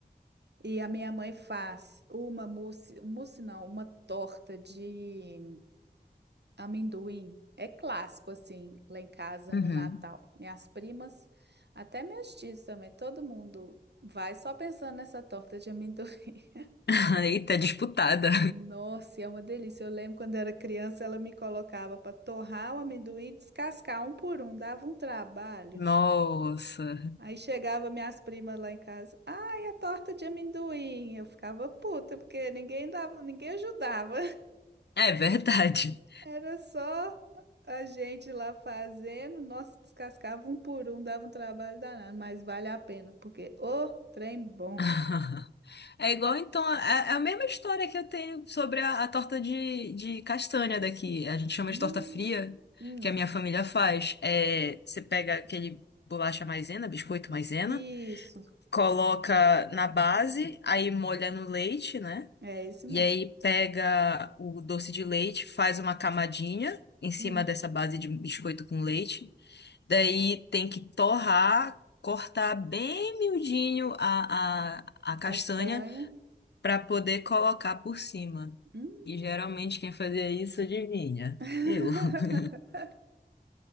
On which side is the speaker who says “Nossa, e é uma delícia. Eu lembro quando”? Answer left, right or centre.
Right